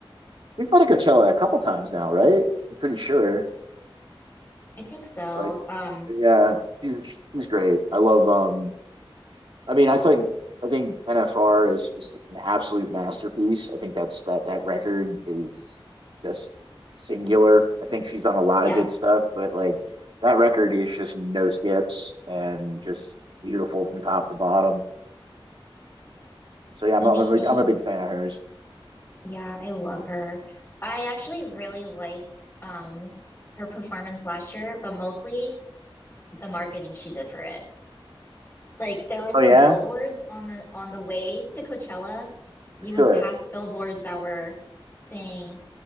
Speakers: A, on the right; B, on the left.
A: we've been to Coachella a couple times now, right? I'm pretty sure.
B: I think so.
A: But,
B: Um,
A: but yeah, he's he's great. I love um. I mean, I think I think NFR is just an absolute masterpiece. I think that's that that record is just singular. I think she's done a lot
B: yeah,
A: of good stuff, but like that record is just no skips and just beautiful from top to bottom. So yeah, I'm
B: you
A: I'm
B: make
A: a,
B: me.
A: I'm a big fan of hers.
B: Yeah, I love her. I actually really liked um her performance last year, but mostly the marketing she did for it. Like there were some
A: Oh yeah,
B: billboards on the on the way to Coachella. You would
A: sure.
B: pass billboards that were saying,